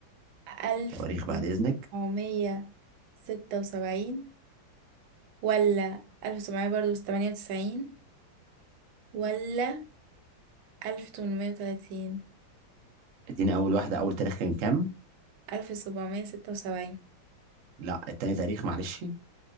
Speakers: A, on the right (about 85°); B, on the right (about 70°).
A: ألف
B: تواريخ بعد اذنك
A: تسعمية ستة وسبعين ولا ألف وسبعمية برضه تمانية وتسعين ولا ألف تمنمية وتلاتين
B: اديني اول واحده اول تاريخ كان كام
A: ألف سبعمية ستة وسبعين
B: لا التاني تاريخ معلش